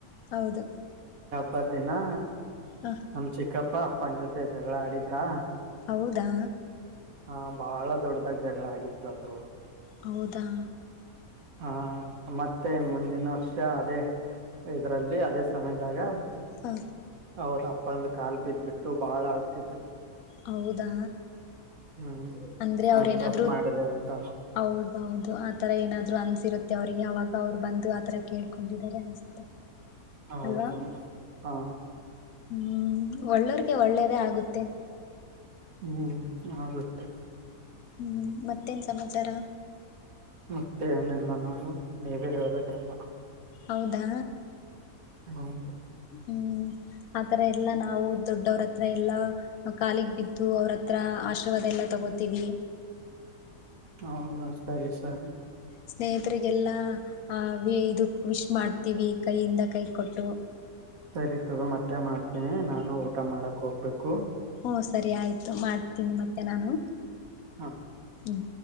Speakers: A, on the left; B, on the right.
A: ಹೌದು
B: ಪದೆನಾ.
A: ಹ
B: ನಮ್ ಚೆಕಪ್. ಅಪ್ಪ ಅಪ್ಪನ ಜೊತೆ ಜಗಳ ಆಡಿದ್ರಾ
A: ಹೌದಾ
B: ಹಾ ಬಹಳ ದೊಡ್ದಾಗ್ ಜಗಳ ಆಗಿತ್ತದು
A: ಹೌದಾ
B: ಹಾ ಮತ್ತೆ ಮುಂದಿನ ವರ್ಷ ಅದೇ ಇದ್ರಲ್ಲಿ ಅದೇ ಸಮಯದಾಗ
A: ಹಾ
B: ಅವ್ರ ಅಪ್ಪಂದು ಕಾಲ್ ಬಿದ್ಬಿಟ್ಟು ಬಾಳ್ ಅಳ್ತಿದ್ರು.
A: ಹೌದಾ
B: ಹ್ಮ್
A: ಅಂದ್ರೆ
B: ನಾನ್
A: ಅವ್ರ ಏನಾದ್ರು
B: ತಪ್ಪ ಮಾಡಿದೆ ಅಂತ
A: ಹೌದೌದು ಆತರ ಏನಾದ್ರು ಅನ್ಸ್ ಇರುತ್ತೆ ಅವರಿಗೆ ಅವಾಗ ಅವ್ರು ಬಂದು ಆಥರ ಕೇಳ್ಕೊಂಡಿದ್ದಾರೆ ಅನ್ಸುತ್ತೆ.
B: ಹೌದು
A: ಅಲ್ವಾ
B: ಅ
A: ಹ್ಮ್ ಒಳ್ಳೋರ್ಗೆ ಒಳ್ಳೇದೇ ಆಗುತ್ತೆ.
B: ಹ್ಮ್ ಆಗುತ್ತೆ
A: ಹ್ಮ್ ಮತ್ತೇನ್ ಸಮಾಚಾರ.
B: ಮತ್ತೆ ಏನಿಲ್ಲ ನೋಡು ನೀವೇ ಹೇಳ್ಬೆಕ್ಕೆಲ್ಲ.
A: ಹೌದಾ
B: ಹೌದು
A: ಹ್ಮ್ ಆತರ ಎಲ್ಲಾ ನಾವು ದೊಡ್ಡವ್ರತ್ರ ಎಲ್ಲಾ ಕಾಲಗ್ ಬಿದ್ದು ಅವ್ರತ್ರ ಆಶೀರ್ವಾದ ಎಲ್ಲಾ ತಗೋತೀವಿ.
B: ಹೌದಾ ಸರಿ ಸರಿ
A: ಸ್ನೇಹಿತರಿಗೆಲ್ಲ ಆ ವಿ ಇದು ವಿಶ್ ಮಾಡ್ತೀವಿ ಕೈಯಿಂದ ಕೈ ಕೊಟ್ಟು.
B: ಸರಿ ತಗೋ ಮತ್ತೆ ಮಾಡ್ತೀನಿ ನಾನು ಊಟ ಮಾಡಕ್ ಹೋಗ್ಬೇಕು.
A: ಹ ಸರಿ ಆಯ್ತು ಮಾಡ್ತೀನಿ ಮತ್ತೆ ನಾನು
B: ಹ
A: ಹ್ಮ್